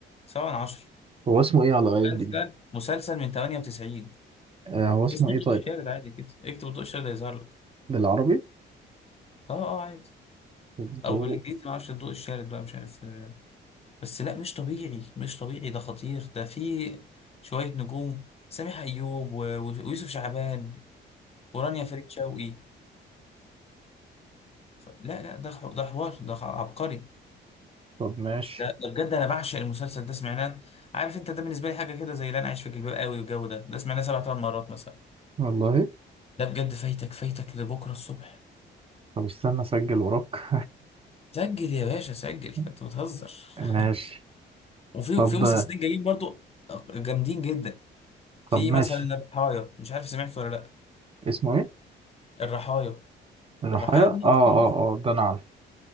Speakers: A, on the left (about 30°); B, on the right (about 30°).
A: سبعة من عشرة
B: هو اسمه ايه على اي ام
A: مسلسل
B: دي بي
A: مسلسل من 98
B: هو اسمه
A: اسمه
B: ايه
A: الضوء
B: طيب
A: الشارد عادي كده اكتب الضوء الشارد هيظهر لك
B: بالعربي
A: اه اه عادي
B: الضوء
A: او بالانجليزي ما اعرفش الضوء الشارد بقى مش عارف آه. بس لا مش طبيعي مش طبيعي ده خطير ده فيه شوية نجوم سامح ايوب و- و- ويوسف شعبان ورانيا فريد شوقي ف- لا لا ده حو- ده حوار ده عبقري
B: طب ماشي
A: ده, ده بجد انا بعشق المسلسل ده سمعناه عارف انت ده بالنسبه لي حاجه كده زي اللي انا عايش في جلباب قوي والجو ده ده سمعناه سبع ثمان مرات مثلا
B: والله
A: ده بجد فايتك فايتك لبكره الصبح
B: طب استنى اسجل وراك
A: سجل يا باشا سجل
B: <laughs>
A: انت بتهزر
B: ماشي
A: <laughs> وفي
B: طب
A: في مسلسلين جايين برضو جامدين جدا في
B: طب ماشي
A: مثلا الرحايا مش عارف سمعت ولا لا
B: اسمه ايه
A: الرحايا
B: الرحايا
A: الرحايا
B: اه
A: ده
B: اه
A: كتير
B: اه ده انا عارفه